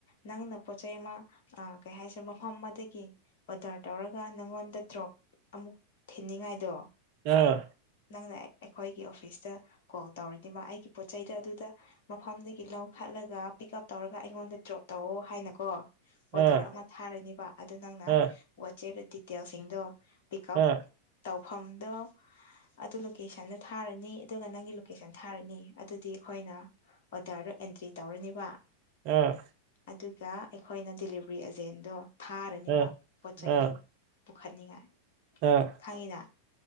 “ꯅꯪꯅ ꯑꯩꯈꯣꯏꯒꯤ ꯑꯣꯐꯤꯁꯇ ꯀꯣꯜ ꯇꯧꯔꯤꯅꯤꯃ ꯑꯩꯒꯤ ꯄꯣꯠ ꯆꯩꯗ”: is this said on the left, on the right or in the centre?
Left